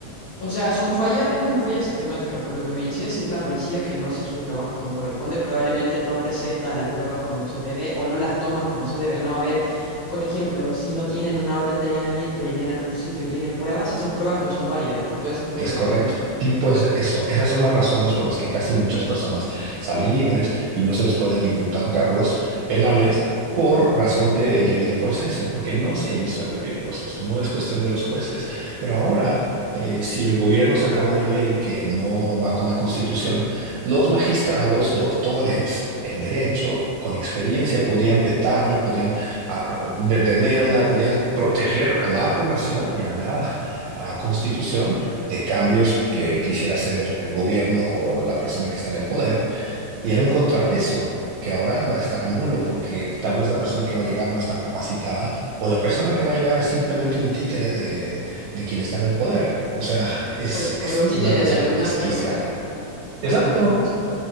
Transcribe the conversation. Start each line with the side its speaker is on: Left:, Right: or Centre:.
Left: O sea, son fallas, es una falla sistemática, por lo que me dices, es la policía que no hace su trabajo como corresponde, probablemente no presentan las pruebas como se debe o no las toman como se debe, ¿no? A ver, por ejemplo, si no tienen una orden de allanamiento y allanan un sitio y tienen pruebas, esas pruebas no son válidas, tipo ese tipo
Right: Es
Left: de
Right: correcto.
Left: cosas, ¿no?
Right: Tipo es eso. Esas son las razones por las que casi muchas personas salen libres y no se les pueden imputar cargos penales por razón del debido proceso, porque no se hizo el debido proceso. No es cuestión de los jueces. Pero ahora, eh, si el gobierno sacaba una ley que no va con la Constitución, los magistrados, doctores en derecho, con experiencia, podían vetarla, podían ah, ah, detenerla, podían proteger a la población y a la ah, Constitución de cambios que quisiera hacer el gobierno o la persona que está en el poder, y era un contrapeso que ahora va a estar nulo porque tal vez la persona que va a llegar no está capacitada o la persona que va a llegar es simplemente un títere de, de quien está en el poder. O sea, es,
Left: O,
Right: es
Left: o de un
Right: una
Left: títere
Right: cosa
Left: de algún
Right: desquiciada.
Left: narco, ¿no? También
Right: Exacto.
Left: puede ser.